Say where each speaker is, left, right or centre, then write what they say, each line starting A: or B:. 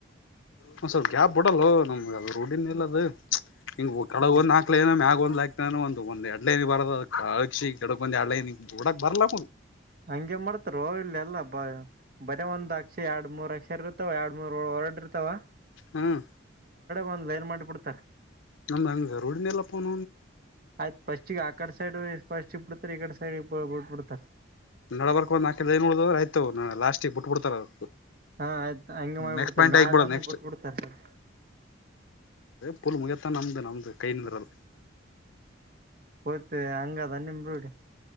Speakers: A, on the left; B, on the right.
A: ಹ ಸ್ವಲ್ಪ ಕ್ಯಾಬ್ ಬಿಡಲ್ಲ ನಮ್ಗೆ ಅ ರೋಡಿನ್ ಇಲ್ಲ ಅದು ಹ್ ಕಡಗ
B: ಹೌದು
A: ಒಂದ ಹಾಕ್ಲೆನ ಒಂದ್ ಆಯ್ತಾನು ಒಂದ ಒಂದ್ ಎಡ್ಲೈನಿ ಬಾರದ ಅದ ಕಕ್ಷಿ ಕೆಡಕ ಒಂದ್ ಎಡ್ೈನಿ ಬಿಡಕ್ ಬರ್ಲ್
B: ಹಂಗೆ ಮಾಡ್ತಾರ ಇಲ್ಲೆಲ್ಲ ಬ ಬರೀ ಒಂದ್ ಅಕ್ಷ ಎರಡ್ ಮೂರ್ ಅಕ್ಷ ಇರ್ತವ ಎರಡ್ ಮೂರ್ ಹೊರಡಿರ್ತಾವ
A: ಹ್ಮ್
B: ಒಂದ್ ಲೈನ್ ಮಾಡ್ಬಿಡ್ತಾರೆ
A: ನಮ್ದ ಹಂಗ ರೂಢಿನ ಎಲ್ಲ ಪನ
B: ಆಯ್ತ್ ಫಸ್ಟ್ ಈಗ ಆಕಡೆ ಸೈಡ್ ಫಸ್ಟ್ ಇ ಬಿಡಡ್ತಾರೆ ಈಡೆ ಸಡ್ ಸರಿಬಟ್ಟಬಿಡ್ತಾರೆ
A: ನಡ ಬರ್ಕ್ ಒಂದ್ಕ ಆಯ್ತ ಲಾಸ್ಟಕ್ ಬ ಬಿಟ್ಬ ಬಿಡ್ತಾರ ಅದು
B: ಹಾ ಆಯ್ತು ಹಂಗ ಮಾಡ್ಬಿಡ್ತಾರ
A: ನೆಕ್ಸ್ಟ್ ಪಾಯಿಂಟ್
B: ಮ್ಯಾಗ
A: ಆಗ್ಬಿಡೋದ್
B: ಒಂದು
A: ನೆಕ್ಸ್ಟ್
B: ಬಿಟ್ಬಿಡ್ತಾರ ಸರ್
A: ಪ್ಪಲ್ ಮುಗತಾ ನಮ್ದ ನಮ್ದ ಕೈ ನಿಂದ್ರಲ್ಲ
B: ಹಯ್ತ ಹಂಗದ ನಿಮ್ ರೂಡಿ